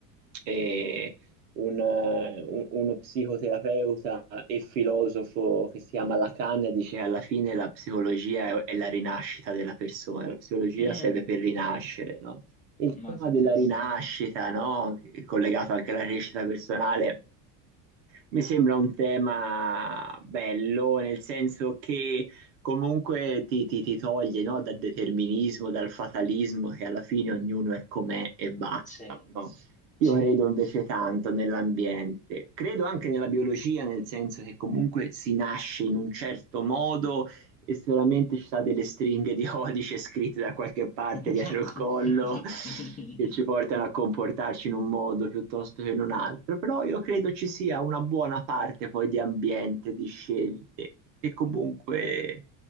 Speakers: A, on the right; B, on the left.
A: E un, eh, un- uno psicoterapeuta e filosofo che si chiama Lacan dice che alla fine la psicologia è, è la rinascita della persona, la psicologia
B: Mm,
A: serve per rinascere, no? Il
B: molto
A: tema
B: interessante.
A: della rinascita, no? Collegato anche alla crescita personale. Mi sembra un tema bello, nel senso che comunque ti, ti- ti toglie, no, dal determinismo, dal fatalismo, che alla fine ognuno è com'è e basta,
B: Sì,
A: no? Io
B: sì.
A: credo invece tanto nell'ambiente, credo anche nella biologia, nel senso che comunque si nasce in un certo modo e solamente ci sono delle stringhe di <laughs> codice scritte da qualche parte
B: <laughs>
A: dietro il collo che ci portano a comportarci in un modo piuttosto che in un altro, però io credo ci sia una buona parte poi di ambiente, di scelte, che comunque